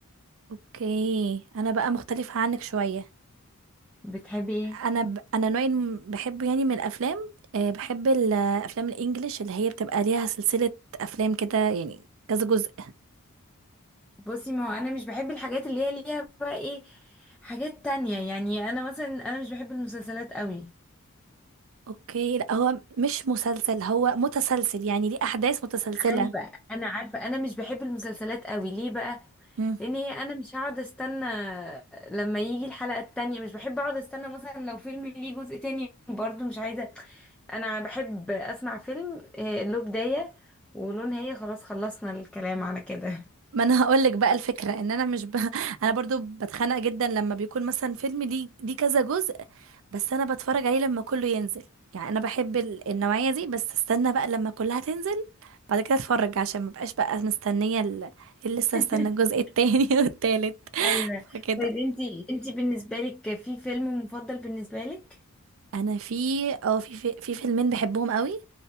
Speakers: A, on the right (about 65°); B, in the centre.
A: اوكي انا بقى مختلفة عنك شوية
B: بتحبي ايه
A: انا ب... انا نوع الم- بحبه يعني من الافلام أه بحب الافلام الانجليش اللي هي بتبقى ليها سلسلة افلام كده يعني كذا جزء
B: بصي ما هو انا مش بحب الحاجات اللي هي ليها بقى ايه حاجات تانية يعني انا مثلا انا مش بحب المسلسلات قوي
A: اوكي لا هو مش مسلسل هو متسلسل يعني ليه احداث متسلسلة
B: ايوه انا عارفه انا مش بحب المسلسلات قوي ليه بقى
A: مم.
B: لان هي انا مش هقعد استنى لما يجي الحلقه التانية مش بحب اقعد استنى مثلا لو فيلم ليه جزء تاني برضو مش عايزه انا بحب اسمع فيلم آه، له بداية وله نهاية خلاص خلصنا الكلام على كده
A: ما انا هقول لك بقى الفكره ان انا مش ب... <laughs> انا برضو بتخنق جدا لما بيكون مثلا فيلم ليه ليه كذا جزء بس انا بتفرج عليه لما كله ينزل يعني انا بحب ال- النوعيه دي بس استنى بقى لما كلها تنزل بعد كده اتفرج عشان ما بقاش بقى مستنيه ال- اللي لسه
B: <laughs>
A: استنى الجزء التاني <laughs> والتالت
B: ايوه
A: فكده
B: طيب انتي انتي بالنسبه لك في فيلم مفضل بالنسبه لك
A: انا في اه في في, في فيلمين بحبهم قوي